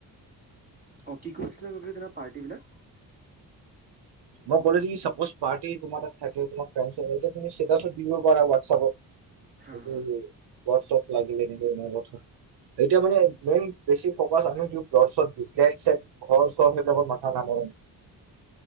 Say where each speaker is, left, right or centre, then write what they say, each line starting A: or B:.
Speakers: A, on the right; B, on the right.
A: অ', কি কৰিছিলে গৈ তেনে পাৰ্টি বিলাক?
B: মই কৰিজো চাপজ পাৰ্টি তোমাৰ তাত থাকে মাৰ ফ্ৰয়া তুমি দিব পাৰা হোৱাটছএপত।
A: হা
B: <unintelligible>
A: হা
B: ওৱৰচপ লাগিলে এক কথা, এতিয়া মানে মেইন বেছি ফকাচ আমি দিও <unintelligible> ঘৰ চৰ সেইবিলাকত মাথা নামাৰো।